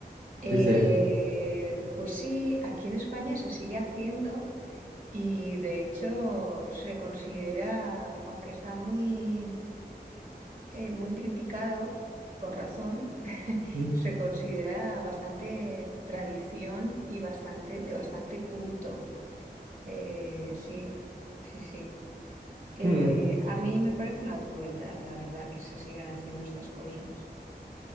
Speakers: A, on the right; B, on the right.
A: Eh,
B: sí, sí.
A: pues sí, aquí en España se sigue haciendo y de hecho se considera, aunque está muy, eh, muy criticado, con razón, <laughs>
B: Mm,
A: se considera bastante tradición y bastante, de bastante culto. Eh, sí, sí, sí. Eh,
B: mm,
A: a mí me parece una crueldad, la verdad, que se sigan haciendo estas cosas.